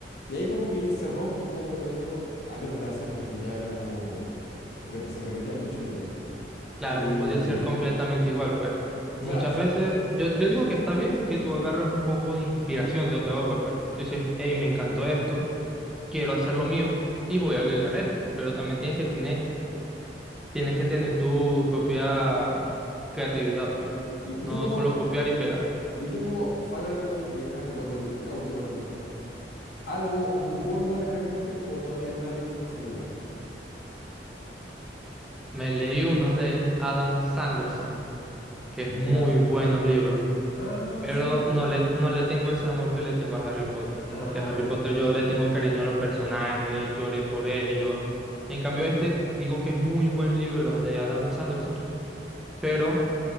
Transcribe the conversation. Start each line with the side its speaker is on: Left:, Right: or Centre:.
Left: Y ahí como que se rompe un poco con eso, a Dios gracias, porque ya era como, re- se repetía mucho la idea.
Centre: Claro,
Left: Y
Centre: no podía ser completamente igual, pues. Muchas
Left: claro, esa-
Centre: veces, yo, yo digo que está bien que tú agarres un poco de inspiración de otra obra, pues. Tú dices, hey, me encantó esto, quiero hacer lo mío y voy a agregar esto. Pero también tienes que tener, tienes que tener tu propia mm, creatividad, pues.
Left: y,
Centre: No
Left: y tú como,
Centre: solo copiar y pegar.
Left: y tú como fanático de Harry Potter, la última pregunta, ¿algo ocupó el lugar de Harry Potter o todavía nadie ocupa ese lugar?
Centre: Me leí unos de Adam Sanderson, que es muy
Left: Ya.
Centre: buenos libros.
Left: Ah,
Centre: Pero
Left: sí. no.
Centre: no le, no le tengo ese amor que le tengo a Harry Potter,
Left: Ah,
Centre: porque a Harry
Left: de-
Centre: Potter yo le tengo cariño a los personajes, lloré por ellos. En cambio, este digo que es muy buen libro, los de Adam Sanderson, pero